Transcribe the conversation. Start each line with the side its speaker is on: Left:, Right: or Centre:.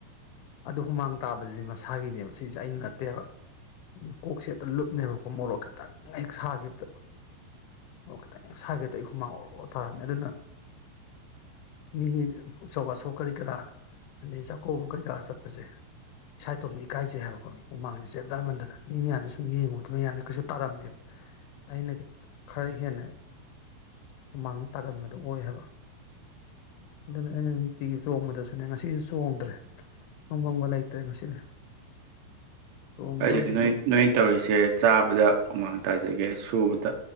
Left: ꯑꯗꯨ ꯍꯨꯃꯥꯡ ꯇꯥꯕꯁꯤꯗꯤ ꯃꯁꯥꯒꯤꯅꯦꯕ ꯁꯤꯁꯦ ꯑꯩꯅ ꯅꯠꯇꯦꯕ ꯀꯣꯛꯁꯦꯍꯦꯇ ꯂꯨꯞꯅꯦꯕꯀꯣ ꯃꯣꯔꯣꯛꯀ ꯀꯟꯅ ꯍꯦꯛ ꯁꯥꯈꯤꯕꯗ ꯃꯣꯔꯣꯛ ꯈꯤꯇꯪ ꯍꯦꯛ ꯁꯥꯈꯤꯕꯗꯣ ꯑꯩ ꯍꯨꯃꯥꯡ ꯑꯣꯔꯣꯛ ꯇꯥꯔꯅꯤ ꯑꯗꯨꯅ ꯃꯤꯒꯤ ꯎꯁꯣꯞ ꯋꯥꯁꯣꯞ ꯀꯔꯤ ꯀꯔꯥ ꯑꯗꯩ ꯆꯥꯛꯀꯧꯕ ꯀꯩꯀꯥ ꯆꯠꯄꯁꯦ ꯏꯁꯥꯏꯇꯣꯝꯗ ꯏꯀꯥꯏꯖꯩ ꯍꯥꯏꯕꯀꯣ ꯍꯨꯃꯥꯡꯁꯦ ꯆꯦꯟꯊꯃꯟꯗꯅ ꯃꯤ ꯃꯌꯥꯝꯖ ꯁꯨꯝ ꯌꯦꯡꯉꯨꯕꯗ ꯃꯌꯥꯝꯗꯣ ꯀꯩꯁꯨ ꯇꯥꯔꯝꯗꯦꯕ ꯑꯩꯅ ꯈꯔ ꯍꯦꯟꯅ ꯍꯨꯃꯥꯡꯁꯦ ꯇꯥꯒꯟꯕꯗꯣ ꯑꯣꯏ ꯍꯥꯏꯕ ꯑꯗꯨꯅ ꯑꯩꯅ ꯅꯨꯡꯇꯤꯒꯤ ꯆꯣꯡꯕꯗꯁꯨꯅꯦ ꯉꯁꯤꯁꯨ ꯆꯣꯡꯗ꯭ꯔꯦ ꯆꯣꯡꯕꯝꯒ ꯂꯩꯇ꯭ꯔꯦ ꯉꯁꯤꯗꯤ ꯆꯣꯡꯒꯗꯕꯗꯨꯁꯨ
Right: ꯑꯗꯨꯗꯤ ꯅꯣꯏ ꯅꯣꯏ ꯇꯧꯔꯤꯁꯦ ꯆꯥꯕꯗ ꯍꯨꯃꯥꯡ ꯇꯥꯖꯒꯦ ꯁꯨꯕꯗ